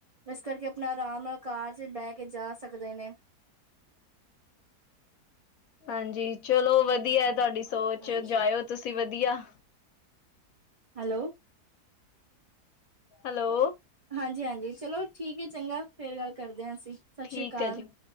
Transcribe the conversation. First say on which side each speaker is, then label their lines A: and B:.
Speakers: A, on the right; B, on the left.
A: ਇਸ ਕਰਕੇ ਆਪਣਾ ਆਰਾਮ ਨਾਲ ਕਾਰ ਚ ਬਹਿ ਕੇ ਜਾ ਸਕਦੇ ਨੇ
B: ਹਾਂਜੀ, ਚਲੋ ਵਧੀਆ ਹੈ ਤੁਹਾਡੀ ਸੋਚ
A: ਹਾਂਜੀ
B: ਜਾਇਓ ਤੁਸੀਂ ਵਧੀਆ।
A: ਹੈਲੋ,
B: ਹੈਲੋ,
A: ਹਾਂਜੀ-ਹਾਂਜੀ, ਚਲੋ ਠੀਕ ਹੈ ਚੰਗਾ, ਫੇਰ ਗੱਲ ਕਰਦੇ ਹਾਂ ਅਸੀਂ ਸਤਿ
B: ਠੀਕ
A: ਸ਼੍ਰੀ ਅਕਾਲ।
B: ਹੈ ਜੀ।